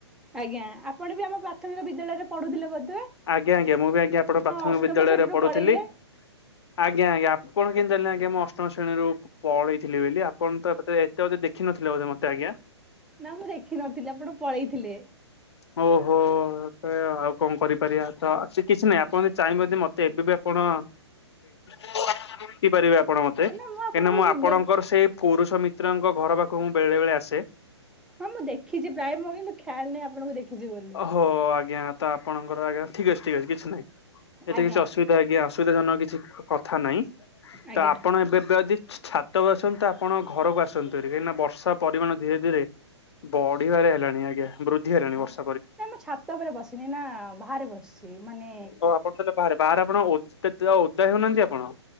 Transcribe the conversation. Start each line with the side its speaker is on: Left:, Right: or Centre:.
Centre: ଆଜ୍ଞା, ଆପଣ ବି ଆମ ପ୍ରାଥମିକ ବିଦ୍ୟାଳୟରେ ପଢୁଥିଲେ ବୋଧେ?
Left: ଆଜ୍ଞା ଆଜ୍ଞା, ମୁଁ ବି ଆଜ୍ଞା ଆପଣ ପ୍ରାଥମିକ
Centre: ଅଷ୍ଟମ
Left: ବିଦ୍ୟାଳୟରେ
Centre: ଶ୍ରେଣୀରୁ
Left: ପଢୁଥିଲି।
Centre: ପଳେଇଲେ
Left: ଆଜ୍ଞା ଆଜ୍ଞା, ଆପଣ କେମିତି ଜାଣିଲେ ଆଞା ମୁଁ ଅଷ୍ଟମ ଶ୍ରେଣୀରୁ ପଳେଇଥିଲି ବୋଲି ଆପଣ ତ ଏ ଏତେ ବୋଧେ ଦେଖିନଥିଲେ ବୋଧ ମତେ ଆଜ୍ଞା?
Centre: ନା ମୁଁ ଦେଖିିନଥିଲି, ଆପଣ ପଳେଇଥିଲେ।
Left: ଓଉ ହୋ। ଆଉ କଣ କରିପାରିବା ତ ସେ କିଛି ନାହିଁ ଆପଣ ଯଦି ଚାହିଁବେ ମତେ ଏବେ ବି ଆପଣ <inaudible> ପାରିବେ ଆପଣ ମତେ,
Centre: ନା ଆପଣଙ୍କୁ
Left: କାହିଁନା ମୁଁ
Centre: ସୁ
Left: ଆପଣଙ୍କର
Centre: ଦେ
Left: ସେଇ ପୁରୁଷ ମିତ୍ରଙ୍କ ଘର ପାଖକୁ ମୁ ବେଳେ ବେଳେ ଆସେ।
Centre: ହଁ ମୁଁ ଦେଖିଛି ପ୍ରାୟ ମୁଁ କିନ୍ତୁ ଖ୍ୟାଲ ନାହିଁ ଆପଣଙ୍କୁ ଦେଖିଛି ବୋଲି।
Left: ହୋଉ ହୋଉ, ଆଜ୍ଞା ତ ଆପଣଙ୍କର ଆଜ୍ଞା ଠିକ୍ ଅଛି ଠିକ ଅଛି କିଛି ନାହିଁ, ଏତେ
Centre: ଆଜ୍ଞା
Left: କିଛି ଅସ ଆଜ୍ଞା ଅସୁବିଧା ଜନକ କିଛି କଥା ନାହିଁ ତ
Centre: ଆଜ୍ଞା
Left: ଆପଣ ଏବେ ବେଯଦି ଛାତକୁ ଆସନ୍ତୁ ଆପଣ ଘରକୁ ଆସନ୍ତୁ <unintelligible> ନା ବର୍ଷା ପରିମାଣ ଧୀରେ ଧୀରେ ବଢିବାରେ ହେଲାଣି, ଆଜ୍ଞା ବୃଦ୍ଧି ହେଲାଣି ବର୍ଷ
Centre: ନାଇ ମୁଁ ଛାତ ଉପରେ ବସିନି ନା ବାହାରେ ବସିଛି, ମାନେ
Left: ଓ ଆପଣ ତାହେଲେ ବାହାରେ ବାହାରେ ଆପଣ <unintelligible> ଓଦା ହେଉନାହାନ୍ତି ଆପଣ?